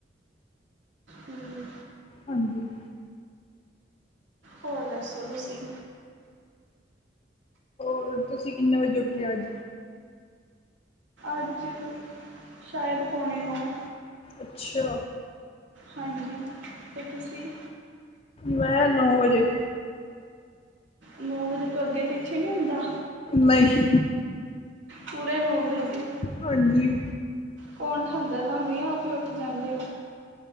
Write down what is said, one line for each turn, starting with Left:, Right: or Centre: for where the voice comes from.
Right: ਹੂੰ।
Left: ਹਾਂਜੀ।
Right: ਹੋਰ ਦੱਸੋ ਤੁਸੀਂ?
Left: ਹੋਰ ਤੁਸੀਂ ਕਿੰਨੇ ਵਜੇ ਉਠੇ ਅੱਜ?
Right: ਅੱਜ, ਸ਼ਾਇਦ ਪੌਣੇ ਨੋਂ
Left: ਅੱਛਾ।
Right: ਹਾਂਜੀ, ਤੇ ਤੁਸੀਂ?
Left: ਮੈਂ ਨੌ ਵਜੇ।
Right: ਨੌ ਵਜੇ ਤੋਂ ਅੱਗੇ- ਪਿੱਛੇ ਨਹੀਂ ਹੁੰਦਾ?
Left: ਨਹੀਂ।
Right: ਪੂਰੇ ਨੌ ਵਜੇ।
Left: ਹਾਂਜੀ।
Right: ਕੌਣ ਉਠਾਂਦਾ ਤੁਹਾਨੂੰ, ਆ ਆਪੀ ਉੱਠ ਜਾਂਦੇ ਔ?